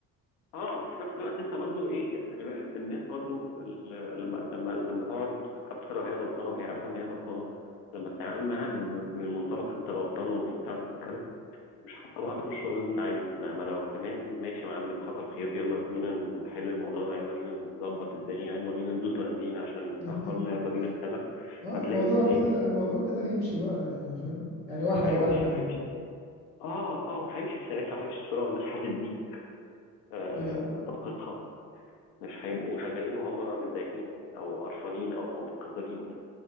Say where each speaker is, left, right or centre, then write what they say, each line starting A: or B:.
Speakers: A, on the left (about 50°); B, on the left (about 85°).
A: اه وفي نفس الوقت انت برضو ايه خلي بالك انت الناس برضو ال- لما لما لما تقعد حتى لو هي غلطانه وهي عارفه ان هي غلطانه لما تتعامل معاها ب- ب- بالمنطلق انت غلطان والمفروض تعمل كذا مش هتطلعني من الشغل اللي انت عايزه انما لو تمام ماشي يا معلم حصل خير يلا بينا نحل الموضوع ده يلا بينا نظبط الدنيا يلا بينا ندوس بنزين عشان
B: <laughs>
A: اتاخرنا يلا بينا كذا
B: اه
A: هتلاقي
B: الموضوع
A: ان
B: كده
A: ايه
B: الموضوع كده هيمشي بقى يعني فاهم يعني واحدة
A: هيمشي
B: واحدة
A: وهيمشي
B: يعني
A: اه اه وهيمشي بسلاسه وهيمشي بسرعه والناس هتديك آه
B: لكن
A: طاقتها مش هيبقوا شغالين وهم متضايقين او قرفانين او متقدرين